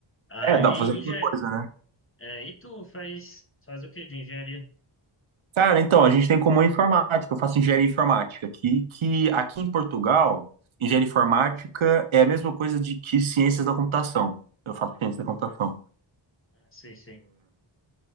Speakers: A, on the left; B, on the right.
A: Aí,
B: É, dá pra fazer muita
A: engen...
B: coisa, né?
A: é, e tu faz, faz o que de engenharia?
B: Cara, então, a gente tem como informática, eu faço engenharia informática, que, que aqui em Portugal, engenharia informática é a mesma coisa de que ciências da computação. Eu faço ciências da computação.
A: Ah, sei, sei.